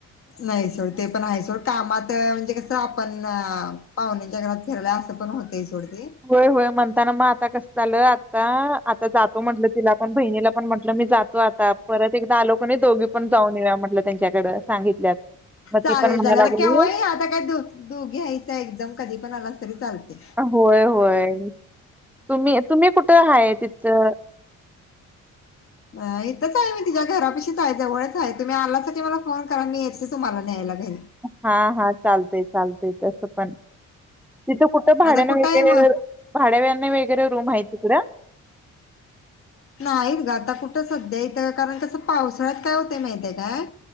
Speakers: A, on the left (about 45°); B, in the centre.
A: नाही सोड, ते पण आहे सोड, कामात म्हणजे कसं आपण पाहुण्यांच्या घरात फिरलय असं पण होत य सोड ते
B: होय होय, म्हणताना मग आता कसं झालं, आता आता जातो म्हटलं तिला पण बहिणीला, पण म्हटलं मी जात तो आता, परत एकदा आलो क नई दोघी पण जाऊन येऊया म्हटलं त्यांच्याकडं. सांगितल्यात. मग
A: चालेल
B: ती पण म्हणायला
A: चालेल,
B: लागली
A: आता केव्हाही या, आता काय तू दोघी यायच एकदम, कधी पण आला तरी चालतय.
B: होय होय, तुम्ही, तुम्ही कुठं हाय तिथं?
A: अ इथंच आहे मी तिच्या घरापाशीच आहे, जवळच हाय, तुम्ही आलासा की मला फोन करा, मी येते तुम्हाला न्यायला घरी.
B: हा हा, चालतय, चालतय, तसं पण तिथं कुठं भाड्याना
A: आता कुठं
B: वैगेरे,
A: आहे मग?
B: भाड्यान वेगैरे रूम आहे तिकड?
A: नाहीत ग, आता कुठं सध्या हित, कारण कसं पावसाळ्यात काय होतय माहितय काय?